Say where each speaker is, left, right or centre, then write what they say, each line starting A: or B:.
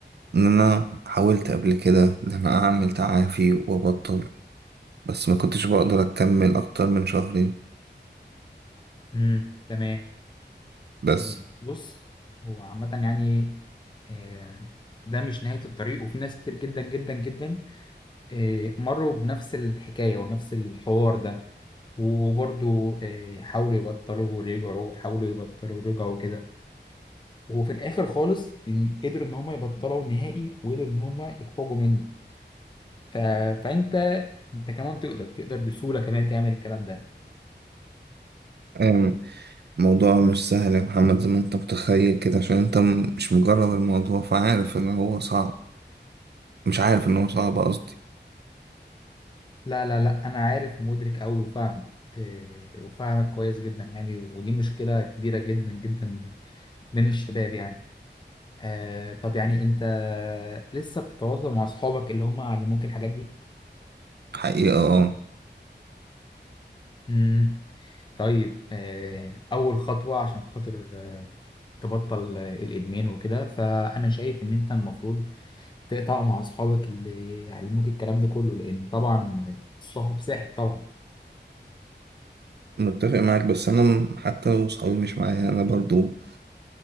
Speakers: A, on the right (about 65°); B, on the left (about 25°).
A: إن أنا حاولت قبل كده إن أنا أعمل تعافي وأبطل بس ما كنتش بقدر أكمل أكتر من شهرين
B: امم تمام
A: بس
B: تمام بص هو عامة يعني آه، ده مش نهاية الطريق وفي ناس كتير جدا جدا جدا آه، مروا بنفس الحكاية ونفس الحوار ده وبرضو آه، حاولوا يبطلوا ورجعوا حاولوا يبطلوا ورجعوا كده وفي الآخر خالص إن- قدروا إن هم يبطلوا نهائي وقدروا إن هم يخرجوا منه ف... فأنت أنت كمان تقدر تقدر بسهولة كمان تعمل الكلام ده
A: أم، الموضوع مش سهل يا محمد زي ما أنت متخيل كده عشان أنت م- مش مجرب الموضوع فعارف إن هو صعب مش عارف إن هو صعب قصدي
B: لا لا لا أنا عارف ومدرك أوي وفاهمك آه، وفاهمك كويس جدا يعني ودي مشكلة كبيرة جدا جدا من الشباب يعني آه طب يعني انت لسه بتتواصل مع اصحابك اللي هم علموك الحاجات دي
A: حقيقة اه
B: امم طيب آه اول خطوة عشان خاطر آه تبطل آه، الادمان وكده فانا شايف ان انت المفروض تقطع مع اصحابك اللي علموك الكلام ده كله لان طبعا الصاحب ساحب طبعا
A: متفق معاك بس انا م- حتى لو صحابي مش معايا انا برضو